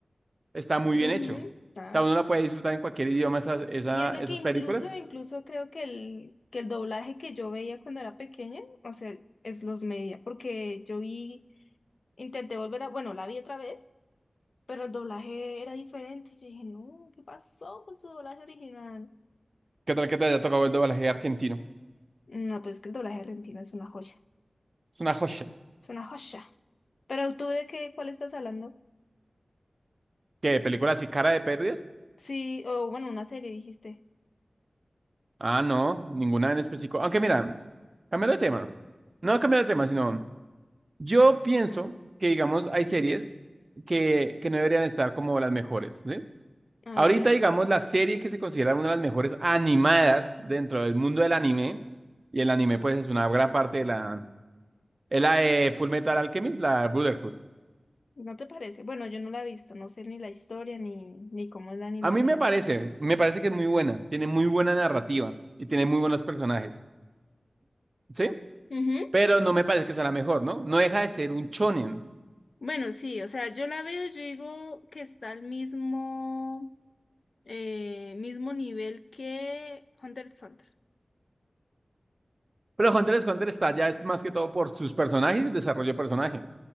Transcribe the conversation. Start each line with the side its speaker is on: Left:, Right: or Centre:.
Right: está muy bien
Left: ujú,
Right: hecho. O
Left: ah.
Right: sea, uno la puede disfrutar en cualquier idioma esas, esa-
Left: Y eso
Right: esas
Left: que incluso,
Right: películas.
Left: incluso creo que el, que el doblaje que yo veía cuando era pequeña, o sea, es los media, porque yo vi, intenté volver a, bueno, la vi otra vez, pero el doblaje era diferente. Yo dije, no, ¿qué pasó con su doblaje original?
Right: ¿Qué tal que te haya tocado el doblaje argentino?
Left: No, pues es que el doblaje argentino es una joya,
Right: Es una joya.
Left: es una joya. Pero tú de qué, cuál estás hablando?
Right: ¿Qué? ¿Películas así cara de pérdidas?
Left: Sí, o bueno, una serie dijiste.
Right: Ah, no, ninguna en específico. Aunque mira, cambiando de tema. No cambiando de tema, sino yo pienso que, digamos, hay series que, que no deberían estar como las mejores, ¿sí?
Left: A
Right: Ahorita,
Left: ver.
Right: digamos, la serie que se considera una de las mejores animadas dentro del mundo del anime, y el anime, pues, es una gran parte de la... Es la de Full Metal Alchemist, la Brotherhood.
Left: ¿No te parece? Bueno, yo no la he visto, no sé ni la historia ni, ni cómo es la animación.
Right: A mí me parece, me parece que es muy buena, tiene muy buena narrativa y tiene muy buenos personajes, ¿sí?
Left: Ujú.
Right: Pero no me parece que sea la mejor, ¿no? No deja de ser un shonen.
Left: Bueno, sí, o sea, yo la veo, yo digo que está al mismo, eh, mismo nivel que Hunter x Hunter.
Right: Pero Hunter x Hunter está ya es más que todo por sus personajes y desarrollo de personaje,